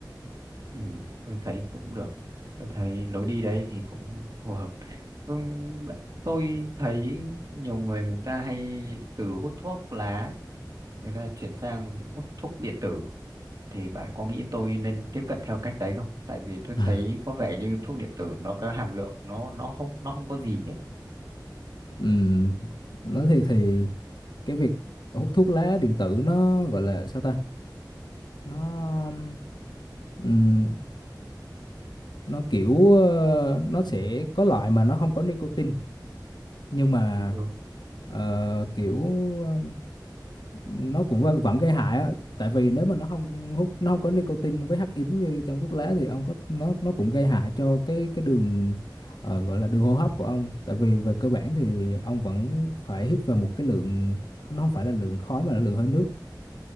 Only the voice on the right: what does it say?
Ừ, tôi thấy cũng được. Tôi thấy lối đi đấy thì cũng phù hợp Vâng, bạn- tôi thấy nhiều người người ta hay từ hút thuốc lá người ta chuyển sang hút thuốc điện tử thì bạn có nghĩ tôi nên tiếp cận theo cách đấy không? Tại vì tôi
thấy có vẻ như thuốc điện tử nó có hàm lượng nó nó không nó không có gì hết.
Ừ.